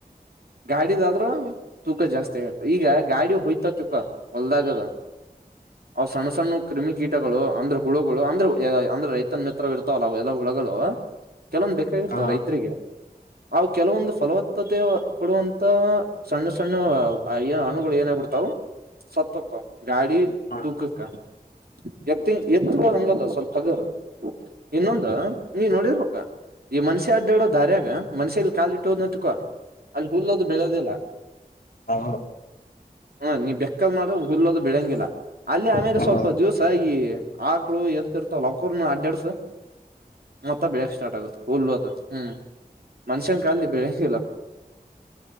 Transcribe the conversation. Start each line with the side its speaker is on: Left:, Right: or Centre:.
Right: ಗಾಡಿದ ಆದ್ರೂ ತೂಕ ಜಾಸ್ತಿ ಆಗತ ಈಗ ಗಾಡಿ ಹೋಯ್ತ ತೂಕ ಹೊಲ್ದಾಗದು ಅವ್ ಸಣ್ಣ ಸಣ್ಣ ಕ್ರಿಮಿಿಕೀಟಗಳು ಅಂದ್ರೆ ಹುಳುಗಳು ಅಂದ್ರೆ ಅಂದ್ರ ತ್ತ ಮಿತ್ರ ಇರ್ತಾವಲ್ಲ ಅವೆಲ್ಲ ಹುಳಗಳು ಕೆಲವೊಬೇಕಾಗಿರ್ತವ
Left: ಹಾ
Right: ರೈತರಿಗೆ ಅವು ಕೆಲವೊಂದು ಫಲವತ್ತತೆ ಕೊಡುವಂತ ಸಣ್ಣ ಸಣ್ಣ ಏ ಅಣುಗಳು ಏನಾಗಬಿಡ್ತಾವವು ಸತ್ತುಕ್ಕ ಗಾಡಿ
Left: ಹಾ
Right: ತುಕ ಕ ಎತ್ತಿಂಗ ಎತ್ತು ಬ ಹಂಗಲ್ಲ ಸ್ವಲ್ಪ ಹಗರ್ ಇನ್ನೊಂದು ನೀ ನೋಡಿರ್ಬೇಕ ಈ ಮನ್ಷ್ಯ ಅಡ್ಡಾಡೋ ದಾರ್ಯಾಗ ಮನ್ಷ್ಯಲ್ಲಿ ಕಾಾಲ ಇಟ್ಟೋದ್ ನಂತಕ ಅಲ್ಲಿ ಹುಲ್ಲದು ಬೆಳೋದಿಲ್ಲ
Left: ಹಾ
Right: ಹಾ ನೀ್ ಬೆಕ್ಕದ ಮಾಡ್ರ ಹುಲ್ಲದು ಬಿಳಂಗಿಲ್ಲಾ ಅಲ್ಲಿ ಆಮೇಲೆ
Left: ಹೌದಾ
Right: ಸ್ವಲ್ಪ ಜ್ಯೂಸ್ ಆ ಈ ಆಕ್ಳು ಎತ್ತ ಇರ್ತವ ಅವವು ಕೊಣ ಅಡ್ಡ ಮತ್ತ ಬೆಳಕ್ ಸ್ಟಾರ್ ಆಗುತ್ತೆ ಹುಲ್ಲು ಅದು ಹ್ಮ್ ಮನ್ಷ್ಯನ್ ಕಾಲ್ದ ಬೆಳೆ ಇಲ್ಲಪ್ಪ